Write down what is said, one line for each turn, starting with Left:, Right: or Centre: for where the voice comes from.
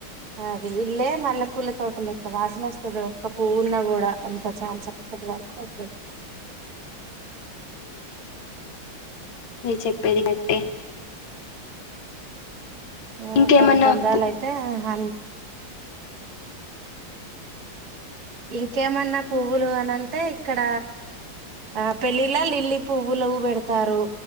Right: అది ఇళ్లే మల్లె పూల తోట లెక్క వాసన వస్తది. ఒక్క పువ్వున కూడా అంత చాల చక్క వాసన వస్ గోలి
Left: నీది చెప్పేది నట్టే.
Right: ఉమ్
Left: ఇంకేమన్నా
Right: కనకంబరాలు
Left: పు-
Right: అయితే అ ఇంకేమన్నా పువ్వులు అని అంటే ఇక్కడ ఆహ్ పెళ్ళిలా లిల్లీ పువ్వులు పెడతారు.